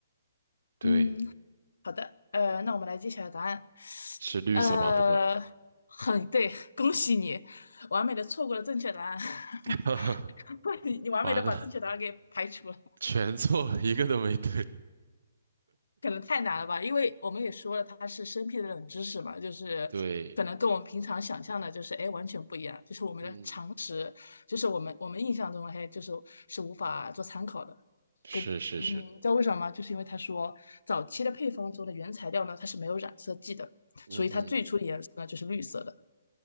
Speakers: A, on the right; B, on the left.
A: 对。
B: 嗯，好的。呃，那我们来揭晓答案。
A: 是绿色吧？
B: 呃，
A: 不会，
B: 很对，恭喜你，完美的错过了正确答案。<laughs>
A: <laughs>
B: 你你完美的把正确答案给排除了。
A: 完了，全错，一个都没对。
B: 可能太难了吧，因为我们也说了，它是生僻的冷知识嘛，就是可能跟我们平常想象的，
A: 对，
B: 就是哎完全不一样，就是我们的常识，
A: 嗯，
B: 就是我们我们印象中嘿，就是是无法做参考的。
A: 是是是，
B: 跟嗯，你知道为什么吗？就是因为他说早期的配方中的原材料呢，它是没有染色剂的，
A: 嗯嗯
B: 所以它最初的颜色呢就是绿色的。